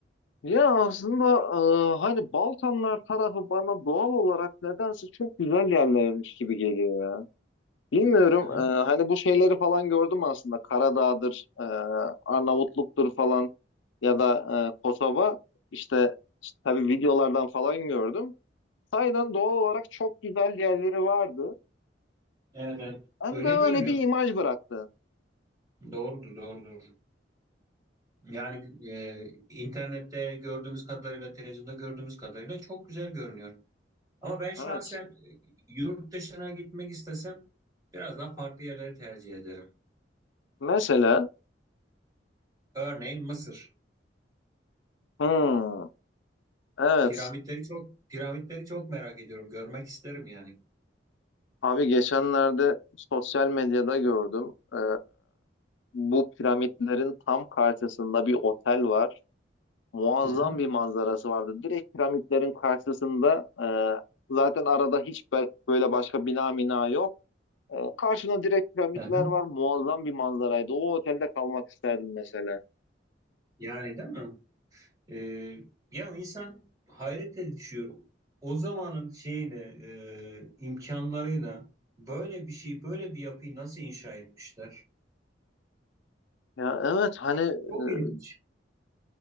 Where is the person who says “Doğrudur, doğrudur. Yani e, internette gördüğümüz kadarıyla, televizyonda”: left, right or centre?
Right